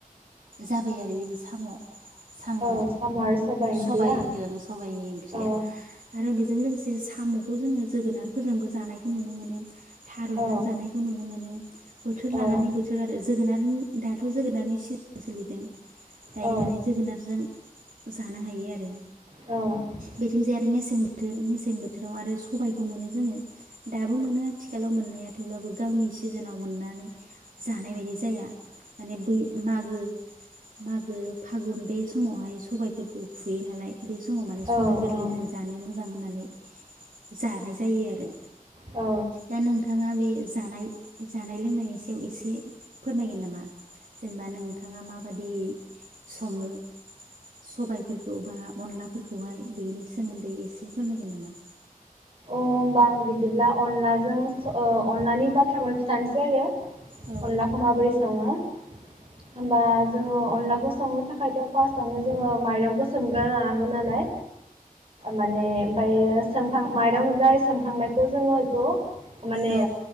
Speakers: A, on the right; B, on the right.
A: जाबाय आरो बेबो साम' साम'
B: औ साम' आरो ओंख्रिया
A: सबाय ओं सबायनि ओं ओंख्रिया
B: औ
A: आरो बेजों लोगोसे साम'खौ जोङो जोगोनारफोरजोंबो जानायखौ नुनो मोनो थारुनजों
B: औ
A: जानायखौ नुनो मोनो बोथोर
B: औ
A: लानानै बोथोर आरो जोगोनार दाथ' जोगोनारनि सिजोन सोलिदों दायो
B: औ
A: माने जोगोनारजों जानो हायो आरो
B: औ
A: बेथिंजाय आरो मेसें बोथोर मेसें बोथोराव आरो सबायखौ मोनो जोङो दाबो मोनो आथिखालाव मोननाया थेवब्लाबो गावनि सिजोनाव मोननानै जानाय बायदि जाया माने बै मागो मागो फागुन बे समावहाय सबायाइफोरखौ फुयो नालाय बे समाव माने
B: औ
A: सबाइ गोरलैजों
B: औ
A: जानो मोजां मोजां होननानै जानाय जायो आरो
B: अ
A: दा नोंथाङा बे जानाय लोंनायनि सायाव एसे फोरमायगोन नामा जेनेबा नोंथाङा माबादि सङो सबायफोरखौ बा अनलाफोरखौहाय बेनि सोमोन्दै एसे फोरमायगोन नामा?
B: अ होमबा आं बिदिब्ला अनलाजों ओ अनलानि बाथ्राखौनो खिथानोसै आरो
A: औ
B: अनलाखौ माबोर सङो? होमबा जोङो अनलाखौ संनो थाखायथ फास्तआवनो जोङो माइरंखौ सोमग्रोना लानांगौ नालाय माने ओमफायो‌ सोमखां माइरं जा सोमखांनायखौ जोंङो <unintelligible> माने
A: औ